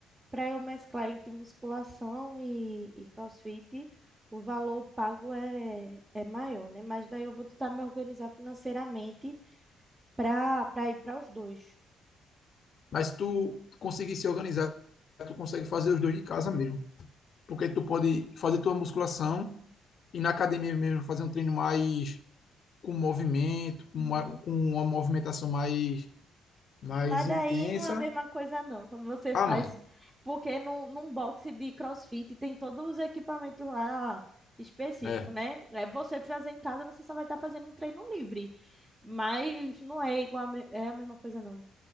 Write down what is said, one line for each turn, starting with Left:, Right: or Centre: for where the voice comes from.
Right: Para eu mesclar entre musculação e, e CrossFit, o valor pago é, é maior, né? Mas daí eu vou tentar me organizar financeiramente para para ir para os dois.
Left: Mas se tu conseguir se organizar, tu consegue fazer os dois de casa mesmo. Porque tu pode fazer tua musculação e na academia mesmo fazer um treino mais com movimento, com
Right: Uhum.
Left: uma, com uma movimentação mais, mais
Right: Mas daí
Left: intensa.
Right: não é a mesma coisa, não, quando você
Left: Ah,
Right: faz.
Left: não.
Right: Porque no, num boxe de CrossFit tem todos os equipamentos lá específicos,
Left: É.
Right: né? É, Você fazer em casa, você só vai estar fazendo um treino livre. Mas não é igual, a me- é a mesma coisa, não.